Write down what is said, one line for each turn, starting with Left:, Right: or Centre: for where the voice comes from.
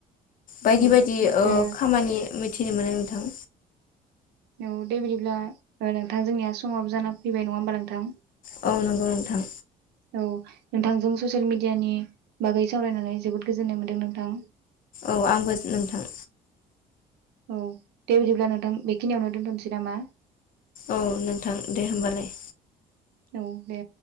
Left: बायदि
Right: औ
Left: बायदि ओ
Right: दे
Left: खामानि मिथिनो मोनो नोंथां
Right: न दे बिदिब्ला ओ नोंथां जोंनिया समाबो जाना फैबाय नङा होमबा नोंथां
Left: औ नंगौ नोंथां
Right: औ नोंथांजों ससियेल मिडियानि बागै सावरायनानै जोबोद गोजोननाय मोन्दों नोंथां।
Left: औ आंबो नोंथां।
Right: औ दे बिदिब्ला नोंथां बेखिनियावनो दोनथनोसै नामा।
Left: औ नोंथां दे होमबालाय।
Right: औ दे।